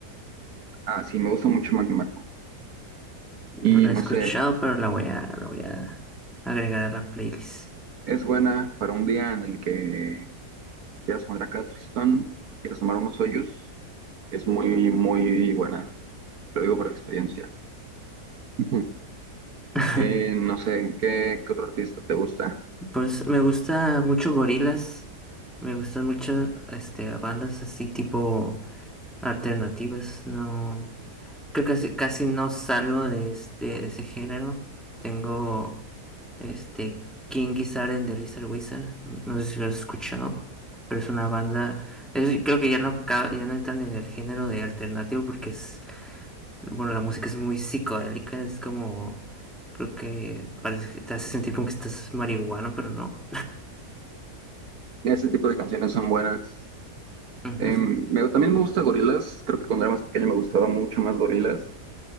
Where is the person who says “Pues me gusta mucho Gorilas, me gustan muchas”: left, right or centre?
Centre